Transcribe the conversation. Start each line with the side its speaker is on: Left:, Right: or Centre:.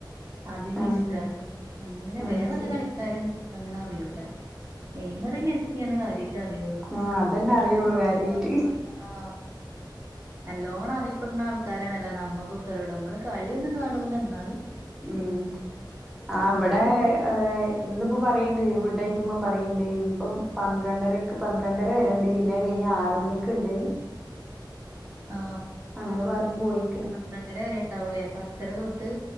Right: അതിനെ
Centre: ആഹ്
Right: ഇഷ്ടാണ് അങ്ങനെ
Centre: ആഹ്
Right: വേറെള്ള
Centre: ശരി
Right: കളിക്കാരും അങ്ങനെ അറിയൂല നെയ്മറി മെസ്സിയാണ് കാര്യട്ട് അറി
Centre: ആ അതെന്നെ അറിയുള്ളൂ കാര്യായിറ്റ്
Right: റൊണാൾഡോ ആ നല്ലോണം അറിയപ്പെട്ന്ന ആൾക്കാരാണല്ലോ നമ്മക്കൊക്ക അറിയുള്ളൂ നമ്മള് കളിയൊന്നും കാണൂല ന്നാലും
Centre: ഉം ആ
Right: അങ്ങനെയൊക്കെ
Centre: വ്ടെ ഇന്ന്പ്പോ പറിയി ണ്ട് ഫുഡ്ഡയ്ക്കുമ്പം പറിയിണ്ട് ന്നിപ്പം പന്ത്രണ്ടരക്ക് പന്ത്രണ്ടര വരെണ്ട് പിന്നെ അയ് കയ്ഞ്ഞാ ആറ് മണിക്ക് ണ്ട്
Right: ആ
Centre: അങ്ങനെ പറഞ്ഞു പോയി
Right: പന്ത്രണ്ടര വരെ ണ്ടാവൂലേ പത്തര തൊട്ട്